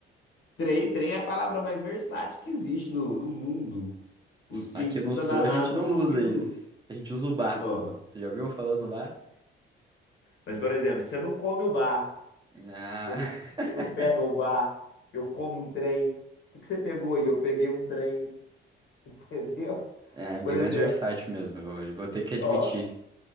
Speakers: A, on the left; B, on the right.
A: Trem, trem é a palavra mais versátil que existe no, no mundo. Os cientistas
B: Aqui no sul
A: da
B: a
A: NASA
B: gente não
A: estão
B: usa
A: vindo.
B: isso. A gente usa o bar.
A: ó.
B: Tu já ouviu falando do bar?
A: Mas, por exemplo, você não come o bar.
B: Ah,
A: Você não,
B: <laughs>
A: você não pega o bar, eu como um trem. O que que você pegou aí? Eu peguei um trem, <laughs> entendeu?
B: é bem
A: Por exemplo,
B: mais versátil mesmo, eu vou ter que admitir.
A: ó,